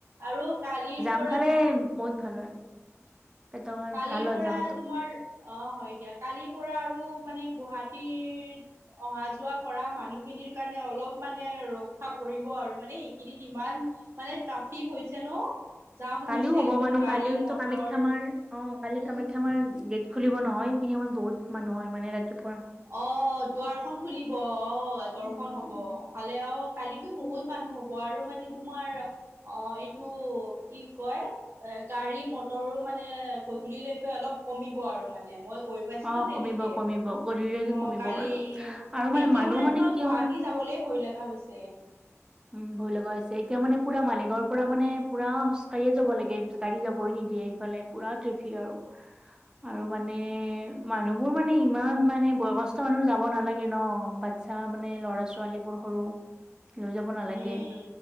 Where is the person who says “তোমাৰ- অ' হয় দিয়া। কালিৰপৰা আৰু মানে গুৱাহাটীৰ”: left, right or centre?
Right